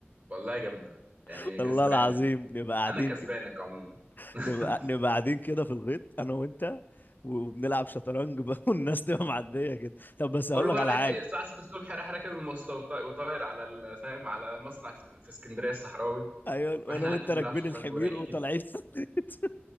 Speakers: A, on the right; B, on the left.
A: والله جامده يعني
B: <laughs> والله
A: كسبانه
B: العظيم نبقى قاعدين
A: انا كسبانك
B: كده
A: عموما <laughs>
B: نبقى نبقى قاعدين كده في الغيط انا وانت وبنلعب شطرنج بقى <laughs> والناس تبقى معديه كده طب بس
A: كله
B: هقول لك
A: بقى
B: على
A: رايح
B: حاجه
A: الساعه 6 الصبح رايح راكب المواصله وطا- وطاير على ال- فاهم على مصنع في في اسكندريه الصحراوي
B: ايوه
A: واحنا
B: انا
A: قاعدين
B: وانت راكبين
A: بنلعب شطرنج
B: الحمير
A: ورايقين
B: وطالعين <laughs> الغيط.